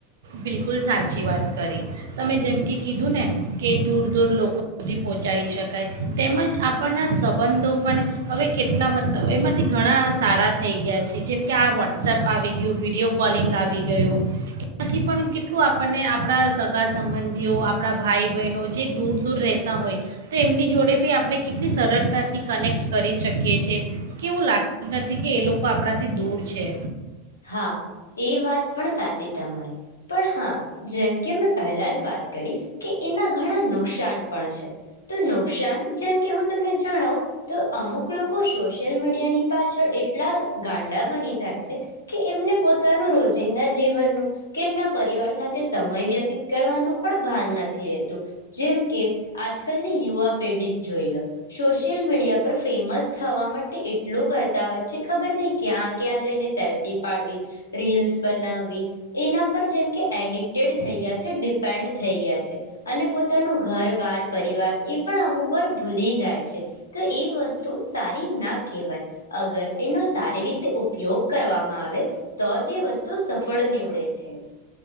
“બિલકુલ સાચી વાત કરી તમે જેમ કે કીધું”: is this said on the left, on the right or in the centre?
Right